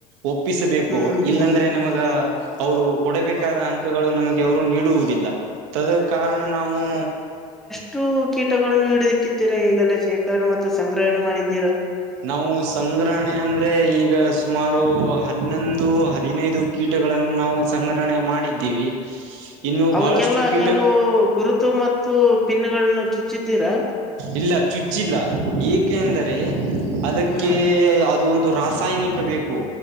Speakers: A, on the right; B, in the centre.
A: ಒಪ್ಪಿಸಬೇಕು
B: ಹ್ಮ್ ಹ್ಮ್
A: ಇಲ್ಲಾಂದ್ರೆ
B: ಹ್ಮ್
A: ನಮಗ.
B: ಹ್ಮ್
A: ಅವರು ಕೊಡಬೇಕಾದ ಅಂಕಗಳು ನಮಗೆ ಅವರು ನೀಡುವುದಿಲ್ಲ. ತದ ಕಾರಣ ನಾವು.
B: ಇಷ್ಟು ಕೀಟಗಳನ್ನು ಹಿಡಿದಿಟ್ಟಿದ್ದೀರಾ ಈಗಲ್ಲ ಶೇಖರಣೆ ಮತ್ತು ಸಂಗ್ರಹಣೆ ಮಾಡಿದ್ದೀರಾ.
A: ನಾವು ಸಂಗ್ರಹಣೆ ಅಂದ್ರೆ ಈಗ ಸುಮಾರು ಹನ್ನೊಂದು ಹದಿನೈದು. ಕೀಟಗಳನ್ನು ನಾವು ಸಂಗ್ರಹಣೆ ಮಾಡಿದ್ದೀವಿ. ಇನ್ನು
B: ಅವಕ್ಕೆಲ್ಲಾ
A: ಬಹಳಷ್ಟು ಕೀಟ
B: ನೀವು ಗುರುತು ಮತ್ತು ಪಿನ್ ಗಳನ್ನು ಚುಚ್ಚಿದ್ದೀರಾ.
A: ಇಲ್ಲ ಚುಚ್ಚಿಲ್ಲ ಏಕೆ ಅಂದರೆ ಅದಕ್ಕೆ
B: ಹ್ಮ್
A: ಯಾವದೇ. ಇದು ಒಂದು ರಾಸಾಯನಿಕ ಬೇಕು